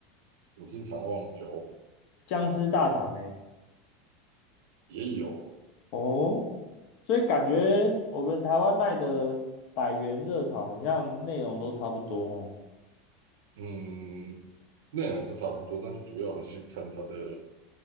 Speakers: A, on the right (about 85°); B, on the left (about 60°).
A: 我经常忘有
B: 僵尸大肠诶。
A: 也有。
B: 哦，所以感觉我们台湾卖的百元热炒，好像内容都差不多哦。
A: 嗯，内容是差不多，但是主要还是看它的，